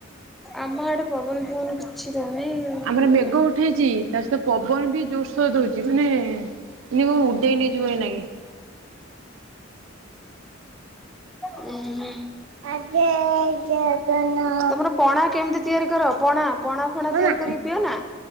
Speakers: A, in the centre; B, on the right.
A: ଆମ ଆଡେ ପବନ ହଉନି କିଛି ଦଉନି ଉଁ
B: ଆମର ମେଘ ଉଠେଇଛି। ତା ସହିତ ପବନ ବି ଜୋରସୋର ଦଉଛି ମାନେ ନିଉ ଉଡେଇ ନେଇ ଯିବ ଏଇନାକେ।
A: ହୁଁ ଉଁ।
B: ଆଗେ ଜଗନ
A: ତମର ପଣା କେମିତି ତିଆରି କର ପଣା ପଣା ଫଣା
B: ମାମା
A: ତିଆରି କରିକି ପିଅ ନା?